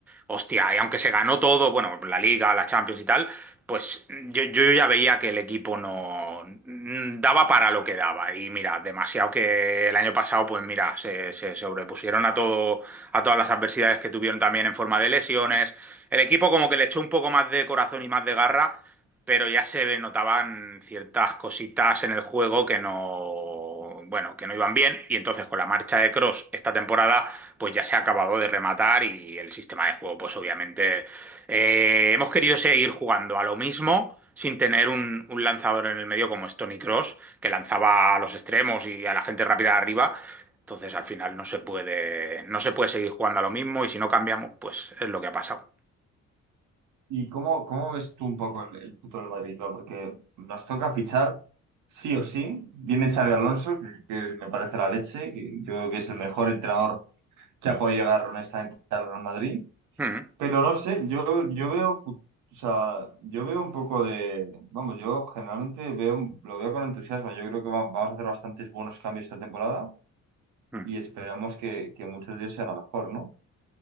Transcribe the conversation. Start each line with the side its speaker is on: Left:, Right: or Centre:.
Centre: hostia, y aunque se ganó todo, bueno, la Liga, la Champions y tal, pues yo, yo ya veía que el equipo no mm, daba para lo que daba. Y mira, demasiado que el año pasado, pues mira, se, se sobrepusieron a todo, a todas las adversidades que tuvieron también en forma de lesiones. El equipo como que le echó un poco más de corazón y más de garra pero ya se notaban ciertas cositas en el juego que no, bueno, que no iban bien y entonces con la marcha de Cross esta temporada pues ya se ha acabado de rematar y el sistema de juego pues obviamente eh, hemos querido seguir jugando a lo mismo sin tener un, un lanzador en el medio como es Tony Cross que lanzaba a los extremos y a la gente rápida de arriba. Entonces al final no se puede, no se puede seguir jugando a lo mismo y si no cambiamos pues es lo que ha pasado.
Right: ¿Y cómo, cómo ves tú un poco el, el futuro del Madrid? claro? Porque nos toca fichar sí o sí. Viene Xavi Alonso, que, que me parece la leche, que yo creo que es el mejor entrenador que ha podido llegar honestamente al Real Madrid.
Centre: Mm,
Right: Pero no sé, yo, yo veo, fu- o sea, yo veo un poco de, vamos, yo generalmente veo, lo veo con entusiasmo. Yo creo que va- vamos a hacer bastantes buenos cambios esta temporada
Centre: mm.
Right: y esperamos que, que muchos de ellos sean a lo mejor, ¿no?